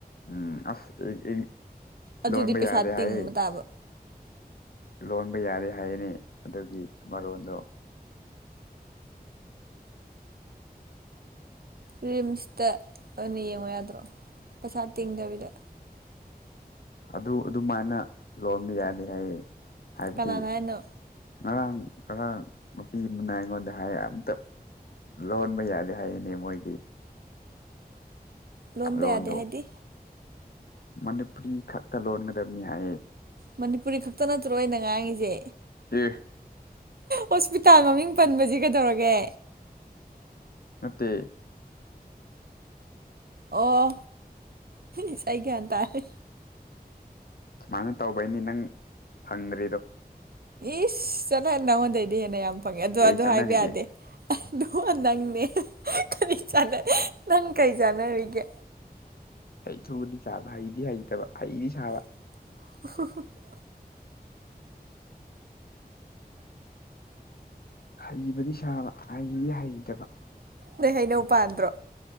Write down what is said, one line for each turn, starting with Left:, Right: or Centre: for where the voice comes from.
Left: ꯎꯝ ꯑꯥꯁ ꯑꯩ-ꯑꯩ
Right: ꯑꯗꯨꯗꯤ
Left: ꯂꯣꯟꯕ
Right: ꯄꯩꯁꯥ
Left: ꯌꯥꯗꯦ
Right: ꯇꯤꯡꯕ
Left: ꯍꯥꯏꯌꯦ꯫
Right: ꯇꯥꯕ
Left: ꯂꯣꯟꯕ ꯌꯥꯔꯦ ꯍꯥꯏꯌꯦꯅꯦ ꯑꯗꯨꯒꯤ ꯃꯔꯣꯟꯗꯣ꯫
Right: ꯔꯤꯝꯁꯇ ꯑꯣꯏꯅ ꯌꯦꯡꯉꯣ ꯌꯥꯗ꯭ꯔꯣ ꯄꯩꯁꯥ ꯇꯦꯡꯗꯕꯤꯗ꯫
Left: ꯑꯗꯨ ꯑꯗꯨꯃꯥꯏꯅ ꯂꯣꯟꯕ ꯌꯥꯅꯤ ꯍꯥꯏꯌꯦ ꯍꯥꯏꯕꯗꯤ
Right: ꯀꯅꯥꯅ ꯍꯥꯏꯅꯣ
Left: ꯉꯔꯥꯡ ꯑꯉꯥꯡ ꯅꯨꯄꯤ ꯑꯃꯅ ꯑꯩꯉꯣꯟꯗ ꯍꯥꯏꯌꯦ ꯑꯝꯇꯞ꯫ ꯂꯣꯟꯕ ꯌꯥꯗꯦ ꯍꯥꯏꯌꯦꯅꯦ ꯃꯣꯏꯒꯤ꯫
Right: ꯏꯂꯣꯟꯕ
Left: ꯂꯣꯟꯗꯣ
Right: ꯌꯥꯗꯦ ꯍꯥꯏꯗꯤ
Left: ꯃꯅꯤꯄꯨꯔꯤ ꯈꯛꯇ ꯂꯣꯟꯒꯗꯕꯅꯤ ꯍꯥꯏꯌꯦ
Right: ꯃꯅꯤꯄꯨꯔꯤ ꯈꯛꯇ ꯅꯠꯇ꯭ꯔꯣ ꯑꯩꯅ ꯉꯥꯡꯉꯤꯁꯦ
Left: ꯑꯦ
Right: ꯍꯣꯠꯄꯤꯇꯥꯜ ꯃꯃꯤꯡ ꯄꯟꯕꯁꯤ ꯀꯩꯗꯧꯔꯒꯦ
Left: ꯅꯠꯇꯦ
Right: ꯑꯣ ꯏꯁ ꯑꯩ ꯒ꯭ꯌꯥꯟ ꯇꯥꯔꯦ
Left: ꯁꯨꯃꯥꯏꯅ ꯇꯧꯕꯩꯅꯤ ꯅꯪ ꯐꯪꯗꯔ꯭ꯤꯗꯣ
Right: ꯏꯁ ꯆꯠꯂꯣꯍꯦ ꯅꯉꯣꯟꯗꯩꯗꯤ ꯍꯦꯟꯅ ꯌꯥꯝ ꯐꯪꯉꯦ ꯑꯗꯣ
Left: ꯀꯩ
Right: ꯑꯗꯨ
Left: ꯆꯥꯟꯅꯔꯤꯒꯦ
Right: ꯍꯥꯏꯕꯥ ꯌꯥꯗꯦ ꯑꯗꯣ ꯅꯪꯅꯦ ꯀꯔꯤ ꯆꯅꯥ ꯅꯪ ꯀꯔꯤ ꯆꯥꯟꯅꯔꯤꯒꯦ
Left: ꯍꯩ <unintelligible> ꯆꯥꯕ ꯍꯩꯗꯤ ꯍꯩꯇꯕ ꯍꯩꯗꯤ ꯁꯥꯕ
Right: <unintelligible>
Left: ꯍꯩꯕꯗꯤ ꯁꯥꯕ ꯍꯩꯗꯤ ꯍꯩꯇꯕ
Right: ꯅꫭꯏꯒꯤ ꯍꯩꯅꯧ ꯄꯥꯟꯗ꯭ꯔꯣ